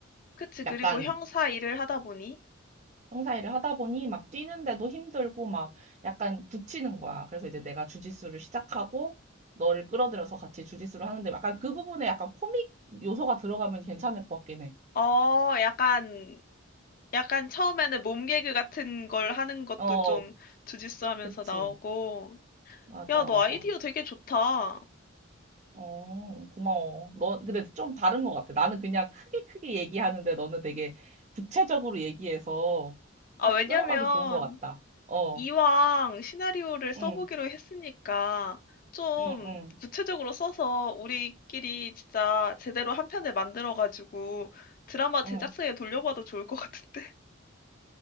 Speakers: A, on the left; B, on the right.
A: 그치, 그리고
B: 약간
A: 형사 일을 하다 보니
B: 형사 일을 하다 보니 막 뛰는데도 힘들고 막 약간 붙이는 거야. 그래서 이제 내가 주짓수를 시작하고 너를 끌어들여서 같이 주짓수를 하는데 약간 그 부분에 약간 코믹 요소가 들어가면 괜찮을 것 같긴 해.
A: 어, 약간, 약간 처음에는 몸개그 같은 걸 하는 것도
B: 어,
A: 좀 주짓수 하면서
B: 그치.
A: 나오고.
B: 맞아,
A: 야, 너
B: 맞아.
A: 아이디어 되게 좋다. 아,
B: 어, 고마워. 너, 근데 좀 다른 것 같아. 나는 그냥 크게 크게 얘기하는데 너는 되게 구체적으로 얘기해서 딱
A: 왜냐면,
B: 끌어가기 좋은 것 같다. 어,
A: 이왕 시나리오를 써보기로
B: 응,
A: 했으니까, 좀
B: 응, 응,
A: 구체적으로 써서 우리끼리 진짜 제대로 한 편을 만들어가지고 드라마 제작사에
B: 응.
A: 돌려봐도 좋을 것 같은데. <laughs>